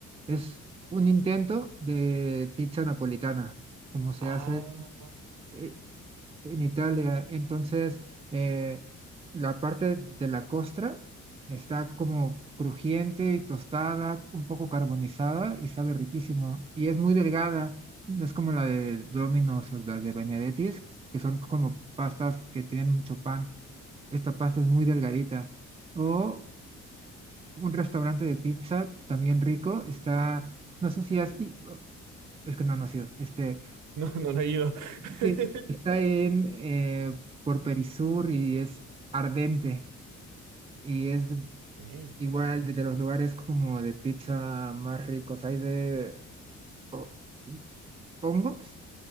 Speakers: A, on the right (about 20°); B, on the right (about 80°).
A: es un intento de pizza napolitana, como se
B: Ah,
A: hace. eh, en Italia. Entonces, eh, la parte de la costra está como crujiente y tostada, un poco carbonizada y sabe riquísimo. Y es muy delgada, no es como la de Domino's o la de Benedetti's, que son como pastas que tienen mucho pan. Esta pasta es muy delgadita. O un restaurante de pizza también rico, está, no sé si has, i- es que no, no ha sido, este
B: <laughs> no, no, no he ido. <laughs>
A: Sí, está en eh, por Perisur y es ardente y es de-
B: Ey.
A: igual de, de los lugares como de pizza más ricos. Hay de ho- hongos,